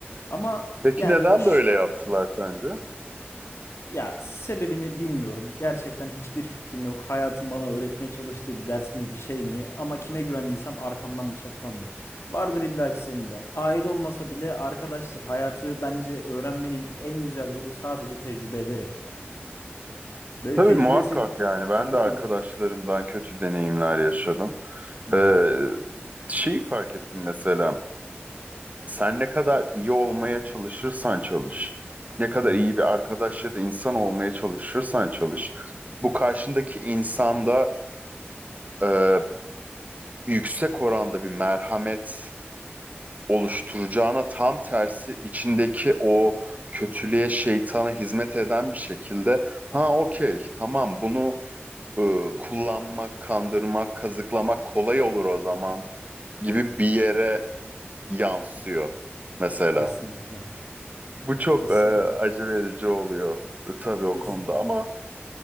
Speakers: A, on the left; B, on the right.
A: Ama
B: Peki
A: yani
B: neden böyle yaptılar sence?
A: ya sebebini bilmiyorum. Gerçekten hiçbir fikrim yok. Hayatım bana öğretmeye çalıştığı bir ders mi, bir şey mi? Ama kime güvendiysem arkamdan bıçaklandım. Vardır illaki senin de. Aile olmasa bile arkadaştır. Hayatı bence öğrenmenin en güzel yolu sadece tecrübe ederek ya. Böyle
B: Tabii
A: tecrübesi
B: muhakkak yani ben
A: değil
B: de arkadaşlarımdan
A: mi?
B: kötü deneyimler yaşadım.
A: Hı
B: Ee,
A: hı.
B: şeyi fark ettim mesela. Sen ne kadar iyi olmaya çalışırsan çalış, ne kadar
A: Hı hı.
B: iyi bir arkadaş ya da insan olmaya çalışırsan çalış, bu karşındaki insanda e, yüksek oranda bir merhamet oluşturacağına tam tersi içindeki o kötülüğe, şeytana hizmet eden bir şekilde ha okey tamam bunu e, kullanmak, kandırmak, kazıklamak kolay olur o zaman gibi bir yere yansıyor mesela.
A: Kesinlikle.
B: Bu çok
A: Kesinlikle.
B: e, acı verici oluyor e, tabii o
A: Kesinlikle.
B: konuda ama